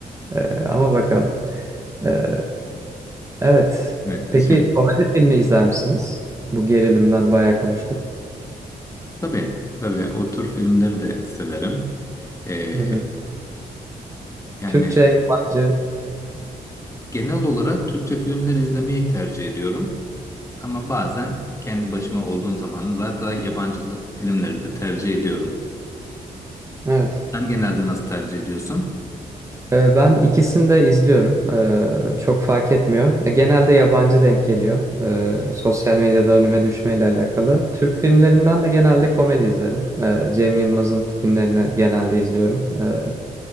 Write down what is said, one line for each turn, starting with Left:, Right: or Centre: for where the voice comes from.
Right: Ee, ama bakalım. Ee, evet.
Left: Evet,
Right: Peki
Left: işin...
Right: komedi filmi izler misiniz? Bu gerilimden bayağı konuştuk.
Left: Tabii, tabii o tür filmleri de severim. E,
Right: Hı hı.
Left: yani...
Right: Türkçe, yabancı.
Left: Genel olarak Türkçe filmler izlemeyi tercih ediyorum. Ama bazen kendi başıma olduğum zamanlarda yabancı la- filmleri de tercih ediyorum.
Right: Evet.
Left: Sen genelde nasıl tercih ediyorsun?
Right: Ee, ben ikisini de izliyorum. Ee, çok fark etmiyor. E, genelde yabancı denk geliyor. Ee, sosyal medyada önüme düşmeyle alakalı. Türk filmlerinden de genelde komedi izlerim. Ee, Cem Yılmaz'ın filmlerini genelde izliyorum. Ee,